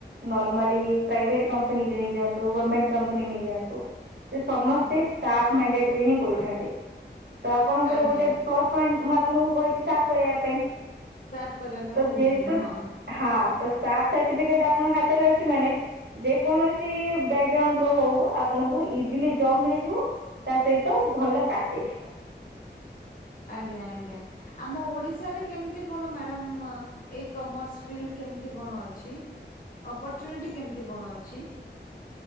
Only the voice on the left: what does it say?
ହୁଁ
ଆଜ୍ଞା
ସାପ୍ କରିବା ପାଇଁ।
କହୁଥିଲେ ହଁ
ଆଜ୍ଞା ଆଜ୍ଞା ଆମ ଓଡିଶାରେ କେମିତି କଣ ମ୍ୟାଡାମ ଅ ଏଇ କମର୍ସ ଫିଲ୍ଡ କେମିତି କଣ ଅଛି ଅପର୍ଚୁନିଟି କେମିତି କଣ ଅଛି?